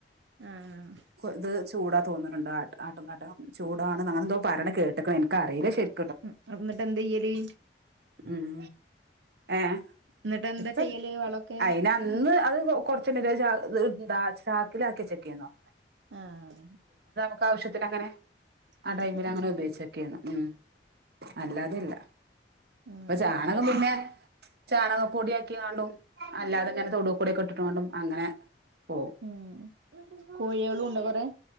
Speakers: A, on the right; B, on the right.
A: ആഹ്
B: ഇത് ചൂടാ തോന്നുണുണ്ട് ആട്ടും കാട്ടം ചൂടാണ്ന്ന് അങ്ങനെന്തോ പറണ കേട്ടക്കണു എനിക്കറിയില്ല ശരി
A: ഉം എന്നിട്ടേന്തയ്യല്
B: ഉം ഏ
A: എന്നിട്ട് എന്താ
B: ഇപ്പ
A: ചെയ്യല് വളൊക്കെ
B: അയിന് അന്ന് അത് കൊറച്ചൊള്ളത് ചാ ന്താ ചാക്കില ആക്കിവെച്ചക്കനെ പറഞ്ഞെ
A: ആഹ്
B: ക്കാവശ്യത്തിന് അങ്ങനെ ആ
A: ഉം
B: ടൈമിൽ
A: ഉം
B: അങ്ങനെ ഉപയോഗിച്ചൊക്കെയാരുന്നു ഉം അല്ലാതെയില്ല.
A: ആഹ്
B: പ്പ ചാണകം പിന്നെ ചാണക പൊടിയാ ക്കിയാലും അല്ലാതെ <unintelligible> തൊടൂ കൂടിയൊക്കെ ഇട്ടിട്ട് വീണ്ടും അങ്ങനെ പോവും
A: ഉം കോഴികളും ഉണ്ടോ കൊറെ